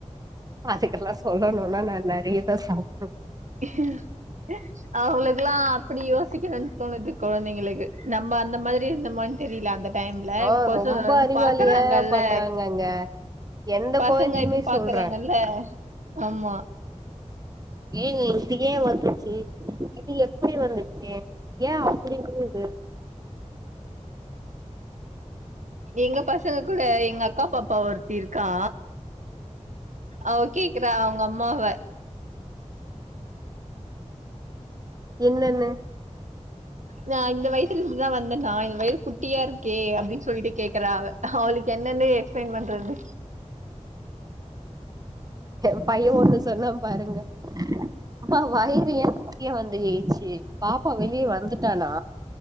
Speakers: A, on the right; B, on the right.
A: அதுக் இதெல்லா சொல்லணும்னா நா நெறையதா சாப்
B: <inaudible> அவுகளுக்குக்கெல்லா அப்டி யோசிக்கணுன்னு தோணுது கொழந்தைங்களுக்கு நம்ம அந்த மாரி இருந்தோமனு தெரில அந்த டைம்ல
A: ஆ
B: இப் கொசோ
A: ரொம்ப அறிவாளியா
B: பாக்குறாங்கல்ல
A: பண்றாங்கங்க எந்த
B: பசங்க
A: கொழந்தையுமே
B: இப்ப பாக்குறாங்கல்ல
A: சொல்ற
B: ஆமா
A: எங்க இது ஏ வந்துச்சு இது எப்டி வந்துச்சு ஏ அப்டி இதுங்குது
B: எங்க பசங்க கூட எங்க அக்கா பாப்பா ஒருத் தி இருக்கா அவ கேக்குற அவுங்க அம்மாவ
A: என்னன்னு
B: நா இந்த வய்த்துல இருந்துதா வந்தன்னா இந்த வயறுகுட்டியா இருக்கே அப்டின் சொல்லிட்டு கேக்குறா அவ அவுளுக்கு என்னென்ன எக்ஸ்பிளை்ன் பண்றது
A: ஏ பைய ஒன்னு சொன்னா பாருங்க அம்மா வயிறு ஏ கிழ வந்து <inaudible> பாப்பா வெளியே வந்துட்டானா